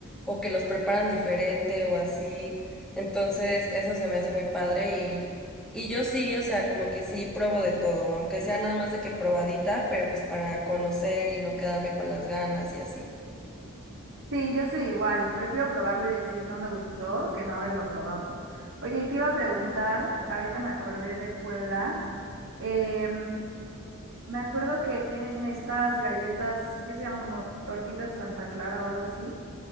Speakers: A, in the centre; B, on the right.
A: o que los preparan diferente o así. Entonces, eso se me hace muy padre y, y yo sí, o sea, como que sí probo de todo, aunque sea nada más de que probadita, pero pues para conocer y no quedarme con las ganas y así.
B: Sí, yo soy igual y prefiero probarlo y decir no me gustó que no haberlo probado. Oye, y te iba a preguntar, ahorita me acordé de Puebla, em, me acuerdo que tienen estas galletas que se llaman como tortitas de Santa Clara o algo así.